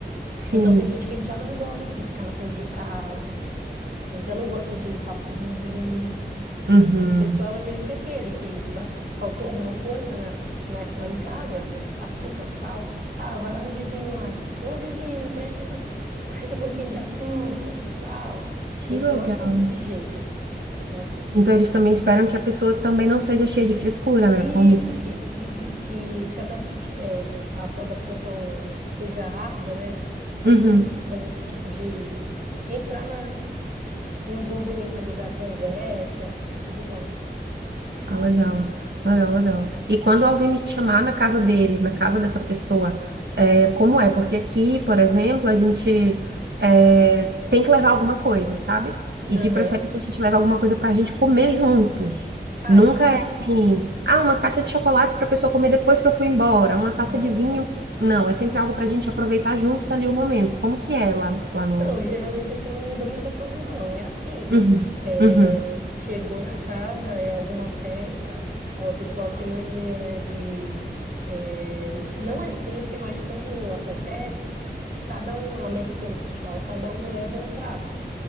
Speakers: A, on the right; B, on the right.
A: Sim.
B: Então tem gente que já não gosta de ficar na frente de casa ele já não gosta de papo com vizinho.
A: Uhum.
B: O pessoal é meio que aquele que bate, faltou alguma coisa na, na- lá em casa, açúcar, sal. Ah, vai lá no vizinho lá. Ô, vizinho, me presta, essa- <laughs> presta um pouquinho de açúcar, de sal.
A: Que
B: Eles
A: legal.
B: são assim, desse jeito, né?
A: Então eles também esperam que a pessoa também não seja cheia de frescura, né,
B: Isso,
A: com isso.
B: que, que, que se adapte, é, a sua adaptação seja rápida, né? Tem
A: Uhum.
B: que fazer esse tipo de... Entrar na, no envolvimento ali da conversa, tudo mais.
A: Ah, legal, legal, legal. E quando alguém me chamar na casa dele, na casa dessa pessoa, é, como é? Porque aqui, por exemplo, a gente é, tem que levar alguma coisa, sabe? E
B: Aham.
A: de preferência a gente leva alguma coisa pra gente comer juntos.
B: Ah,
A: Nunca
B: a gente.
A: é assim, ah, uma caixa de chocolates pra pessoa comer depois que eu fui embora, uma taça
B: né?
A: de vinho. Não, é sempre algo pra gente aproveitar juntos ali o momento. Como que é lá, lá no.
B: Não, geralmente assim não muda muita coisa, não. É assim.
A: Uhum,
B: É,
A: uhum,
B: chegou na casa, é alguma festa, ah, o pessoal tem mania, né, de. é, não é sempre, mas quando acontece, cada um, é americano que eles falam, cada um leva um prato,